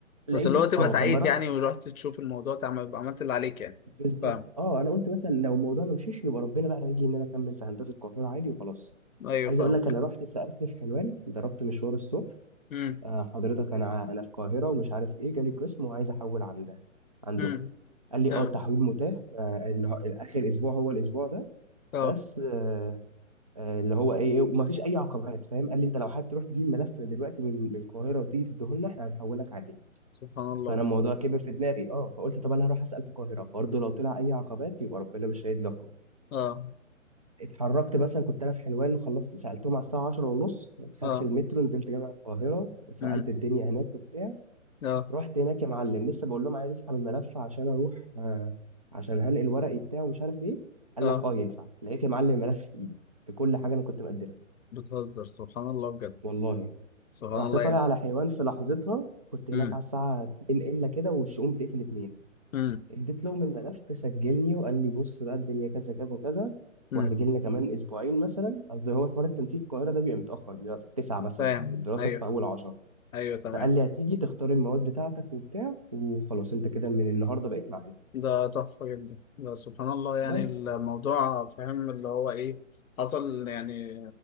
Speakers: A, on the right; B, on the left.
A: لقيت
B: بس اللي هو تبقى
A: اه
B: سعيد
A: فما رحت
B: يعني ورحت تشوف الموضوع تعمل يبقى عملت اللي عليك يعني
A: بالظبط
B: فاهم
A: اه انا قلت مثلا لو الموضوع ما مشيش يبقى ربنا بقى رايجي ان انا اكمل في هندسه القاهره عادي وخلاص
B: أيوه
A: عايز
B: فاهمك
A: اقول لك انا رحت سالت في حلوان ضربت مشوار الصبح
B: أمم
A: آه حضرتك انا انا في القاهره ومش عارف ايه جالي قسم وعايز احول عند عندكم
B: أمم
A: قال لي
B: تمام
A: اه التحويل متاح آه، النه- اخر اسبوع هو الاسبوع ده
B: أه
A: بس آه، آه، اللي هو ايه إيه، وما فيش اي عقبات فاهم قال لي انت لو حابب تروح تجيب ملف دلوقتي من من القاهره وتيجي تديه لنا احنا هنحولك عليه
B: سبحان الله
A: فانا الموضوع كبر في دماغي اه فقلت طب انا هروح اسال في القاهره برضه لو طلع اي عقبات يبقى ربنا مش هيدلي اخرج
B: أه
A: اتحركت مثلا كنت انا في حلوان وخلصت سالتهم على الساعه 10 ونص خدت
B: أه
A: المترو نزلت جامع القاهره سالت
B: أمم
A: الدنيا هناك وبتاع
B: أه
A: رحت هناك يا معلم لسه بقول لهم عايز اسحب الملف عشان اروح آه، عشان هنقل ورقي بتاعه ومش عارف ايه قال
B: أه
A: لك اه ينفع لقيت يا معلم الملف في ايدي بكل حاجه انا كنت مقدمها
B: بتهزر سبحان الله بجد
A: والله
B: سبحان
A: رحت
B: الله
A: طالع
B: يعني
A: على حلوان في لحظتها كنت هناك
B: أمم
A: على الساعه 2 الا كده والشؤون بتقفل 2
B: أمم
A: اديت لهم الملف سجلني وقال لي بص بقى الدنيا كذا كذا كذا
B: أمم
A: وهتجي لنا كمان اسبوعين مثلا قصدي هو حوار التنسيق في القاهره ده بيبقى متاخر بيبقى في 9 مثلا
B: فاهم
A: والدراسه
B: أيوه
A: في اول 10
B: ايوه تمام
A: فقال لي هتيجي تختار المواد بتاعتك وبتاع وخلاص انت كده من النهارده بقيت معانا
B: ده تحفة جدا ده سبحان الله يعني
A: بس
B: الموضوع فاهم اللي هو ايه حصل يعني